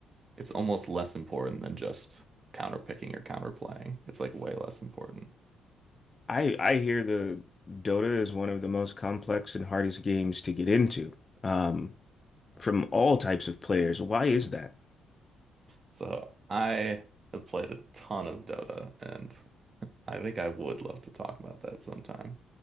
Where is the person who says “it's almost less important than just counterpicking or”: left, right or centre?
Right